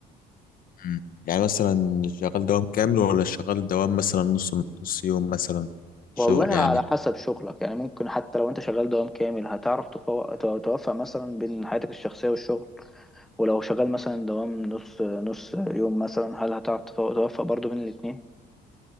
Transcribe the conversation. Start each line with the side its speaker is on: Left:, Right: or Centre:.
Left: مم. يعني مثلا شغال دوام كامل ولا شغال دوام مثلا نص نص يوم مثلا شغل
Centre: والله على
Left: يعني
Centre: حسب شغلك يعني ممكن حتى لو انت شغال دوام كامل هتعرف تفو... تو- توفق مثلا بين حياتك الشخصية والشغل ولو شغال مثلا دوام نص نص يوم مثلا هل هتعرف تفو- توفق برضو بين الاتنين